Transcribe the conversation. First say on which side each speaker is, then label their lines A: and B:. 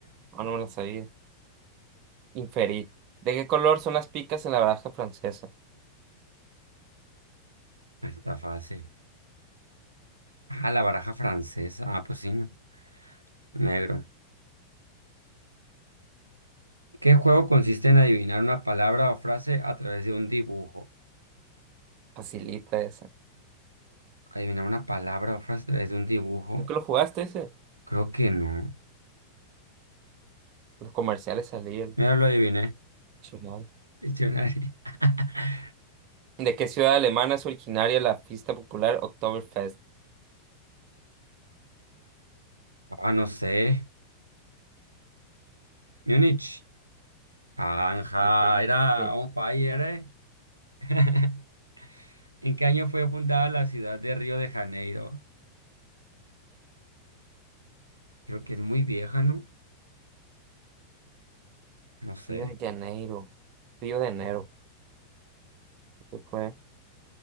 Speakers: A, on the right; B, on the right.
A: no, no me la sabía. Inferí. ¿De qué color son las picas en la baraja francesa?
B: <laughs> Está fácil. Ah, la baraja francesa. Ah, pues sí, no. Negro. ¿Qué juego consiste en adivinar una palabra o frase a través de un dibujo?
A: Facilita esa.
B: ¿Adivinar una palabra o frase a través de un dibujo?
A: ¿Nunca lo jugaste ese?
B: Creo que no.
A: Los comerciales salían.
B: Mira, lo adiviné.
A: Chingado.
B: Diccionario. <laughs>
A: ¿De qué ciudad alemana es originaria la fiesta popular Oktoberfest?
B: Ah, no sé. Múnich. Anja,
A: Sí, sí.
B: era on fire, ¿eh? <laughs> ¿En qué año fue fundada la ciudad de Río de Janeiro? Creo que es muy vieja, ¿no? No sé,
A: Río de Janeiro. Río de Enero. creo fue.